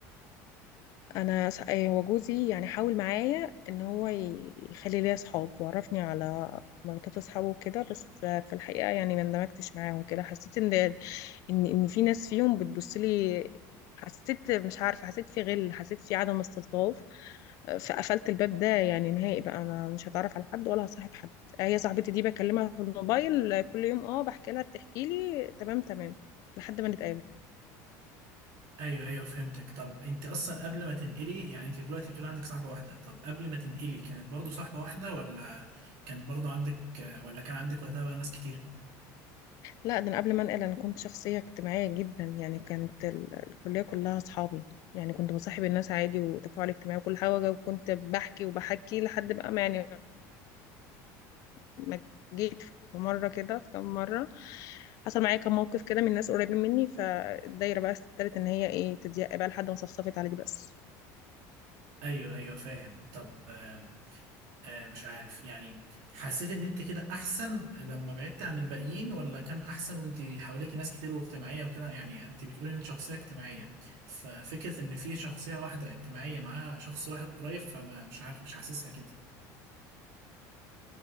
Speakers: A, on the left; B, on the right.
A: انا س- إيه، هو جوزي يعني حاول معايا ان هو ي- يخلي ليا اصحاب وعرفني على مراتات اصحابه وكده بس آه، في الحقيقه يعني ما اندمجتش معاهم كده حسيت ان ان ان في ناس فيهم بتبص لي حسيت مش عارفه حسيت في غل حسيت في عدم استلطاف آه، فقفلت الباب ده يعني نهائي بقى انا مش هتعرف على حد ولا هصاحب حد آه، هي صاحبتي دي بكلمها في الموبايل آه، كل يوم اه بحكي لها بتحكي لي تمام تمام لحد ما نتقابل
B: ايوه ايوه فهمتك طب انت اصلا قبل ما تنقلي يعني انت دلوقتي بتقول عندك صاحبه واحده طب قبل ما تنقلي كانت برضو صاحبه واحده ولا كان برضو عندك ولا كان عندك وقتها بقى ناس كتير
A: لا ده انا قبل ما انقل انا كنت شخصيه اجتماعيه جدا يعني كانت ال- الكليه كلها اصحابي يعني كنت بصاحب الناس عادي وتفاعل اجتماعي وكل حاجه وكنت بحكي وبحكي لحد بقى ما يعني ما جيت في مره كده في كام مره حصل معايا كام موقف كده من ناس قريبين مني فالدايره بقى استدارت ان هي ايه تضيق بقى لحد ما صفصفت على دي بس
B: ايوه ايوه فاهم طب آه مش عارف يعني حسيت ان انت كده احسن لما بعدت عن الباقيين ولا كان احسن وانت حواليك ناس كتير واجتماعية وكده يعني انت بتقولي ان انت شخصية اجتماعية ففكرة ان في شخصية واحدة اجتماعية معاها شخص واحد قريب فما مش عارف مش حاسسها كده